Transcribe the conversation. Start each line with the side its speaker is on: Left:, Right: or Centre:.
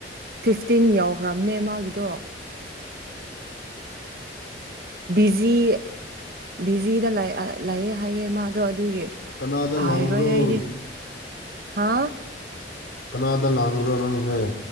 Right: ꯐꯤꯐꯇꯤꯟ ꯌꯥꯎꯈ꯭ꯔꯕꯅꯦ ꯃꯥꯒꯤꯗꯣ ꯕꯤꯖꯤ ꯕꯤꯖꯤꯗ ꯂꯥꯛꯑꯦ ꯍꯥꯏꯑꯦ ꯃꯥꯗꯣ ꯑꯗꯨꯒꯤ
Left: ꯀꯅꯥꯗ ꯉꯥꯡꯕ꯭ꯔꯣ
Right: ꯍꯥꯏꯔꯣꯏ ꯑꯩꯗꯤ ꯍꯥꯥ
Left: ꯀꯅꯥꯗ ꯉꯥꯡꯈ꯭ꯔꯣ ꯅꯡꯁꯦ